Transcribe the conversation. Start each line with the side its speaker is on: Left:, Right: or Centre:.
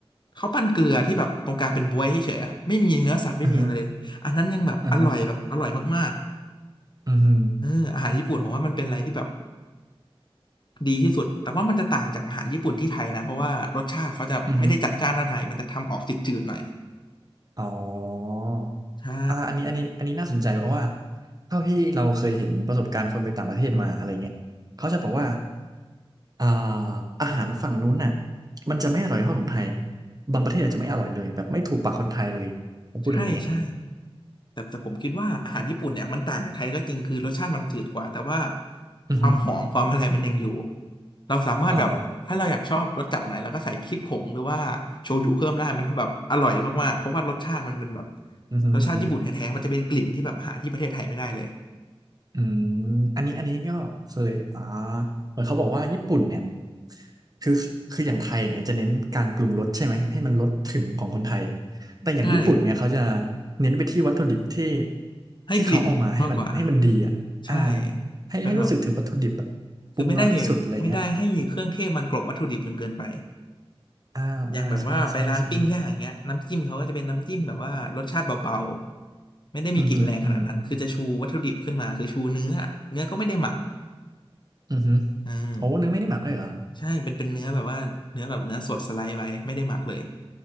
Left: ข้าวปั้นเกลือที่แบบตรงกลางเป็นบ๊วยให้เฉยอะไม่มีเนื้อสัตว์ไม่มีอะไรเลยอันนั้นยังแบบอร่อยแบบอร่อยมาก
Right: อ่าฮะอ่าฮะอืมฮึ
Left: ๆเอออาหารญี่ปุ่นผมว่ามันเป็นอะไรที่แบบดีที่สุดแต่ว่ามันจะต่างจากอาหารญี่ปุ่นที่ไทยนะเพราะว่ารสชาติเขาจะไม่ได้จัดจ้านเท่าไทยมันจะทำออกจืดๆหน่อย
Right: อืมฮึอ๋อ
Left: ใช่
Right: อ่าอันนี้อันนี้อันนี้น่าสนใจเพราะว่าเท่าที่เราเคยเห็นประสบการณ์คนไปต่างประเทศมาอะไรเงี้ยเขาจะบอกว่าอ่าอาหารฝั่งนู้นน่ะมันจะไม่อร่อยเท่าของไทยบางประเทศอาจจะไม่อร่อยเลยแบบไม่ถูกปากคนไทยเลยผมพูดอย่างนี้
Left: ใช่ใช่ แต่แต่ผมคิดว่าอาหารญี่ปุ่นเนี่ยมันต่างจากไทยก็จริงคือรสชาติมันจืดกว่าแต่ว่า
Right: อือฮึ
Left: ความหอมความอะไรมันยังอยู่เราสามารถแบบถ้าเราอยากชอบรสจัดไหนเราก็ใส่พริกผงหรือว่าโชยุเพิ่มได้มันก็แบบอร่อยมากๆเพราะว่ารสชาติมันเป็นแบบ
Right: อ๋ออือหืออือหือ
Left: รสชาติญี่ปุ่นแท้ๆมันจะเป็นกลิ่นที่แบบหาที่ประเทศไทยไม่ได้เลย
Right: อืมอันนี้อันนี้ก็เคยอ่าเหมือนเขาบอกว่าญี่ปุ่นเนี่ยคือคืออย่างไทยเนี่ยจะเน้นการปรุงรสใช่ไหมให้มันรสถึงของคนไทยแต่อย่างญี่ปุ่นเนี่ยเขาจะ
Left: ใช่
Right: เน้นไปที่วัตถุดิบที่
Left: ให้กลิ่นมากกว่า
Right: ที่เขาเอามาให้มันให้มันดีอ่ะอ่า
Left: ใช่
Right: ให้ให้รู้สึกถึงวัตถุดิบอะปรุงน้อยที่สุดอะไรเงี้ย
Left: เป็นแบบคือไม่ได้ไม่ได้ให้เครื่องเทศมันกลบวัตถุดิบจนเกินไป
Right: อ่าอ่าใช่ใช่ใช่
Left: อย่างแบบว่าไปร้านปิ้งย่างอย่างเงี้ยน้ำจิ้มเขาก็จะเป็นน้ำจิ้มแบบว่ารสชาติเบาๆไม่ได้มีกลิ่นแรงขนาดนั้นคือจะชูวัตถุดิบขึ้นมาคือชูเนื้อเนื้อก็ไม่ได้หมัก
Right: อือหืออือหืออือหือ
Left: อืม
Right: โอ้เนื้อไม่ได้หมักเลยเหรอ
Left: ใช่เป็นเป็นเนื้อแบบว่าเนื้อแบบเนื้อสดสไลด์ไว้ไม่ได้หมักเลย